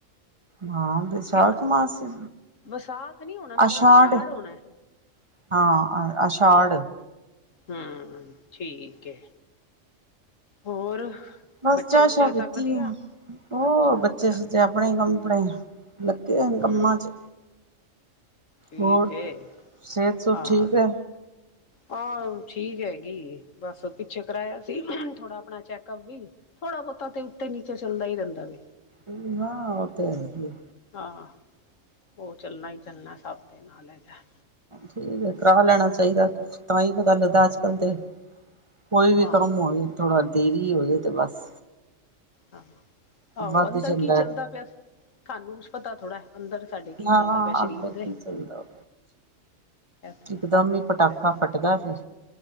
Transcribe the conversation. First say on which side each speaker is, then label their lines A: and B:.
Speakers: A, on the right; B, on the left.
A: ਹਾਂ ਵਿਸ਼ਾਖ
B: ਜਾਂ
A: ਮਾਸ ਏ,
B: ਵਿਸਾਖ ਨਹੀਂ ਹੋਣਾ ਮੇਰੇ
A: ਅਸ਼ਾਢ।
B: ਖਿਆਲ ਅਸ਼ਾੜ ਹੋਣਾ
A: ਹਾਂ ਅਛਾਂੜ।
B: ਹੂੰ, ਠੀਕ ਏ, ਹੋਰ?
A: ਬਸ
B: ਬੱਚੇ
A: ਚਾਹ-
B: ਬੁੱਚੇ
A: ਸ਼ਾਹ ਪੀਤੀ
B: ਸਭ ਵਧੀਆ
A: ਏ ਹੁਣ, ਹੋਰ
B: ਅੱਛਾ
A: ਬੱਚੇ
B: ਅੱਛਾ
A: ਸੁੱਤੇ ਆਪਣੇ ਹੀ ਕੰਮ-ਕੂਮ। ਲੱਗੇ ਹੋਏ ਨੇ
B: ਹਮ
A: ਕੰਮਾਂ ਚ।
B: ਠੀਕ
A: ਹੋਰ
B: ਏ,
A: ਸਿਹਤ ਸੁਹਤ
B: ਹਾਂ‌।
A: ਠੀਕ ਹੈ
B: ਆਹ ਠੀਕ ਹੈਗੀ ਏ, ਬਸ ਪਿੱਛੇ ਕਰਾਇਆ ਸੀ ਥੋੜਾ ਆਪਣਾ ਚੈੱਕਅਪ ਵੀ। ਥੋੜਾ- ਬਹੁਤਾ ਤੇ ਉੱਤੇ- ਨੀਚੇ ਚੱਲਦਾ ਹੀ ਰਹਿੰਦਾ ਵੇ।
A: ਓਹੀ ਨਾ, ਉਹ ਤਾਂ ਹੈ ਈ ਹੈ।
B: ਹਾਂ ਉਹ ਚੱਲਣਾ ਹੀ ਚੱਲਣਾ, ਸੱਭ ਦੇ ਨਾਲ ਹੈਗਾ।
A: ਠੀਕ ਕਰਾਹ ਲੈਣਾ ਚਾਹੀਦਾ ਕੁਝ, ਤਾਂ ਹੀ ਪਤਾ ਲੱਗਦਾ ਅੱਜਕੱਲ ਤੇ। ਕੋਈ ਵੀ
B: ਹਾਂ
A: ਕਰਮ ਹੋਵੇ ਥੋੜਾ ਦੇਰੀ ਹੋ ਜਾਵੇ ਤੇ ਬਸ
B: ਆਹੋ, ਆਹੋ
A: ਵੱਧ
B: ਅੰਦਰ
A: ਜਾਂਦਾ
B: ਕੀ ਚੱਲਦਾ ਪਿਆ ਸਾਨੂੰ ਕੁਛ ਪਤਾ ਥੋੜਾ ਅੰਦਰ ਸਾਡੇ ਕੀ
A: ਹਾਂ
B: ਚੱਲਦਾ ਪਿਆ ਸਰੀਰ
A: ਅੰਦਰ
B: ਦੇ।
A: ਕੀ ਚੱਲਦਾ
B: ਤੇ
A: ਇਕਦਮ ਹੀ ਪਟਾਕਾ ਫੱਟਦਾ ਫੇਰ।